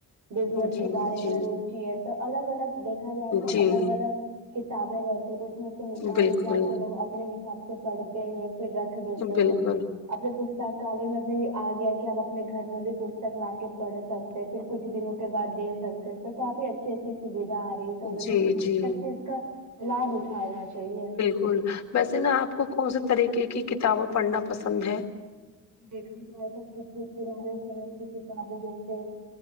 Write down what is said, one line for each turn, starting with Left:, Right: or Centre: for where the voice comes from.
Right: بزنس
Left: جی
Right: کے بارے
Left: جی
Right: میں روچی ہے تو الگ الگ دیکھا جائے تو
Left: جی
Right: الگ الگ کتابیں رہتی ہیں تو اس میں سے نکال
Left: بالکل
Right: نکال کے لوگ اپنے حساب سے پڑھتے ہیں پھر رکھ دیتے
Left: بالکل
Right: ہیں اپنے پستکالی میں بھی آ گیا کہ ہم اپنے گھر میں بھی پستک لا کے پڑھ سکتے پھر کچھ دنوں کے بعد دے سکتے تو کافی اچھی اچھی سویدھا آ رہی ہے بھی
Left: جی جی
Right: سب چیز کا لعاب اٹھانا چاہیے
Left: ہمم ویسے نا آپ کو کون سے طریقے کی کتابوں پڑھنا پسند ہے
Right: دیکھا جائے تو <unintelligible> سے کی کتابوں جیسے